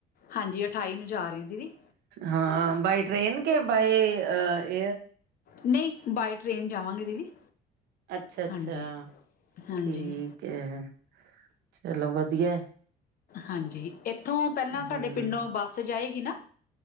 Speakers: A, on the left; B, on the right.
A: ਹਾਂਜੀ ਅਠਾਈ ਨੂੰ ਜਾ ਰਹੇ ਦੀਦੀ।
B: ਹਾਂ ਬਾਏ ਟ੍ਰੇਨ ਕੇ ਬਾਏ ਏਅਰ?
A: ਨਹੀਂ ਬਾਏ ਟ੍ਰਰੇਨ ਜਾਵਾਂਗੇ ਦੀਦੀ।
B: ਅੱਛਾ -ਅੱਛਾ
A: ਹਾਂਜੀ ਹਾਂਜੀ
B: ਠੀਕ ਹੈ ਚਲੋ ਵਧੀਆ।
A: ਹਾਂਜੀ, ਇੱਥੋਂ ਪਹਿਲਾਂ
B: ਹਮ
A: ਸਾਡੇ ਪਿੰਡੋਂ ਬੱਸ ਜਾਏਗੀ ਨਾ।